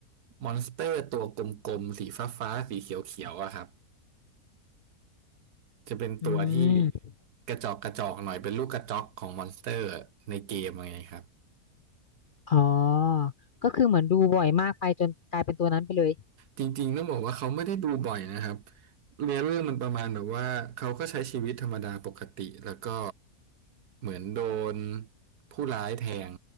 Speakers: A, on the right; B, on the left.
A: มอนสเตอร์ตัวกลมๆสีฟ้าๆสีเขียวๆอะครับจะเป็นตัวที่
B: อืม
A: กระจอกกระจอกหน่อยเป็นลูกกระจอกของมอนสเตอร์ในเกมอะไรเงี้ยครับ
B: อ๋อก็คือเหมือนดูบ่อยมากไปจนกลายเป็นตัวนั้นไปเลย
A: จริงๆต้องบอกว่าเขาไม่ได้ดูบ่อยนะครับ เนื้อเรื่เองมันประมาณแบบว่าเขาก็ใช้ชีวิตธรรมดาปกติแล้วก็เหมือนโดนผู้ร้ายแทง